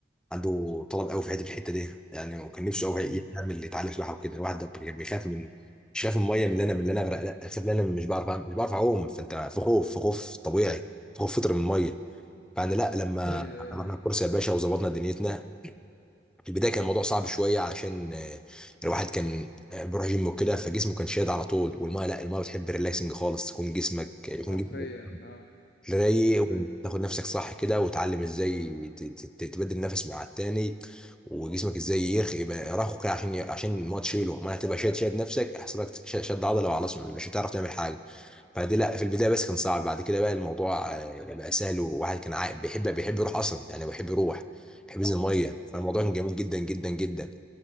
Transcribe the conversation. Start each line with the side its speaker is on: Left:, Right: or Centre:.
Centre: عنده طلب قوي في حته الحته دي يعني هو كان نفسه قوي
Left: مم.
Centre: يعمل يتعلم سباحه وكده الواحد ده كان بيخاف من مش خايف من الميه من اللي انا من اللي انا اغرق لا خايف ان انا مش بعرف أعمل- مش بعرف اعوم فانت في خوف في خوف طبيعي في خوف فطري من الميه فانا لا لما
Left: ايوه
Centre: مم.
Left: ايوه ايوه
Centre: رحنا الكورس يا باشا وظبطنا دنيتنا في البدايه كان الموضوع صعب شويه علشان آه، الواحد كان آه، بيروح جيم وكده فجسمه كان شاد على طول والميه لا الميه بتحب ريلاكسنج خالص تكون جسمك يكون
Left: حرفيا
Centre: جسمك
Left: اه
Centre: رايق
Left: حرفيا
Centre: وتاخد نفسك صح كده وتعلم ازاي ت- ت- ت- تبدل نفس مع التاني وجسمك ازاي يرخي يبقى يرخو كده عشان عشان الماتش تشيله ما هتبقى شاد شاد نفسك هيحصل لك ش- شد عضله وخلاص مش هتعرف تعمل حاجه فدي لا في البدايه بس كان صعب بعد كده بقى الموضوع آه، بقى سهل وواحد كان عايق بيحب بيحب يروح اصلا يعني بيحب يروح بيحب ينزل الميه فالموضوع كان جميل جدا جدا جدا